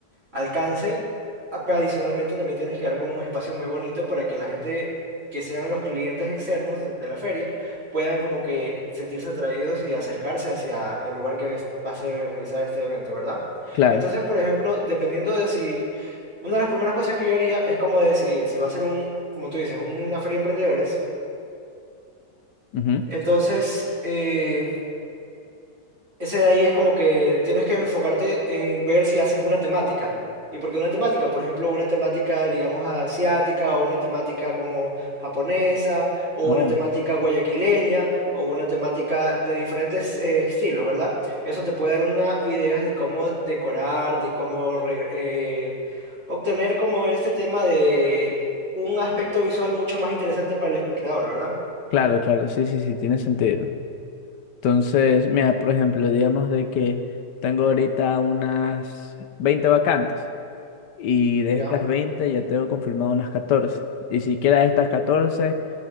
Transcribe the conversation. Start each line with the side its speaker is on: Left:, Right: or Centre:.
Right: alcance. a- Pero adicionalmente también tienes que dar como un espacio muy bonito para que la gente que sean los clientes externos de de la feria puedan como que sentirse atraídos y acercarse hacia el lugar que es- va a ser realizado este evento, ¿verdad?
Left: Claro.
Right: Entonces, por ejemplo, dependiendo de si... Una de las primeras cosas que yo haría es como decidir si va a ser un, como tú dices, una feria de emprendedores.
Left: Ujú.
Right: Entonces, eh, Ese de ahí es como que tienes que enfocarte en ver si haces una temática. ¿Y por qué una temática? Por ejemplo, una temática, digamos, asiática, o una temática como japonesa, o
Left: Oh.
Right: una temática guayaquileña, o una temática de diferentes eh, estilos, ¿verdad? Eso te puede dar una idea de cómo decorar, de cómo re- eh, obtener como este tema de un aspecto visual mucho más interesante para el espectador, ¿verdad?
Left: Claro, claro, sí, sí, sí, tiene sentido. Entonces, mira, por ejemplo, digamos de que tengo ahorita unas 20 vacantes y de
Right: Ya,
Left: estas 20 ya tengo confirmado unas 14. Y siquiera de estas catorce